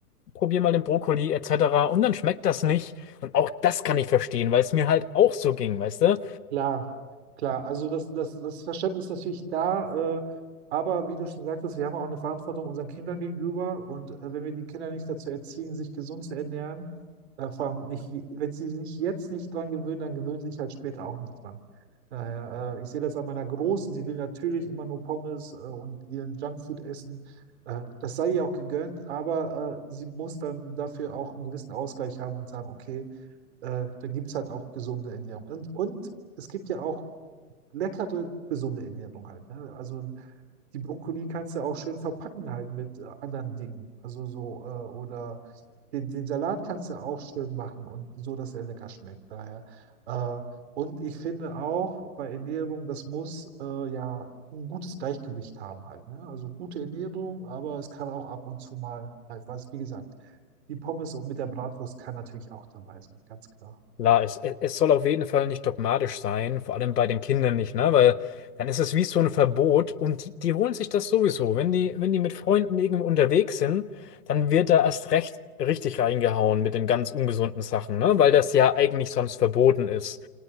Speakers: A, on the left; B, on the right.
A: probier mal den Brokkoli etc. Und dann schmeckt das nicht. Und auch das kann ich verstehen, weil es mir halt auch so ging, weißt du?
B: Klar, klar. Also das, das, das Verständnis ist natürlich da, äh, aber wie du schon sagtest, wir haben auch eine Verantwortung unseren Kindern gegenüber und äh, wenn wir die Kinder nicht dazu erziehen, sich gesund zu ernähren, äh, vor allem nicht, wenn sie sich jetzt nicht dran gewöhnen, dann gewöhnen sie sich halt später auch nicht dran. Daher, äh, ich sehe das an meiner Großen, sie will natürlich immer nur Pommes äh, und ihren Junkfood essen. Äh, das sei ihr auch gegönnt, aber äh, sie muss dann dafür auch einen gewissen Ausgleich haben und sagen, okay, äh, dann gibt es halt auch gesunde Ernährung. Und, und es gibt ja auch leckere, gesunde Ernährung halt. Ne? Also die Brokkoli kannst du auch schön verpacken halt mit äh, anderen Dingen. Also so, äh, oder den, den Salat kannst du auch schön machen und so, dass er lecker schmeckt. Daher. Äh, und ich finde auch bei Ernährung, das muss äh, ja ein gutes Gleichgewicht haben halt. Ne? Also gute Ernährung, aber es kann auch ab und zu mal halt was, wie gesagt, die Pommes und mit der Bratwurst kann natürlich auch dabei sein, ganz klar.
A: Klar, es, es es soll auf jeden Fall nicht dogmatisch sein, vor allem bei den Kindern nicht, ne? Weil dann ist es wie so ein Verbot und die, die holen sich das sowieso. Wenn die, wenn die mit Freunden irgendwo unterwegs sind, dann wird da erst recht richtig reingehauen mit den ganz ungesunden Sachen, ne? Weil das ja eigentlich sonst verboten ist.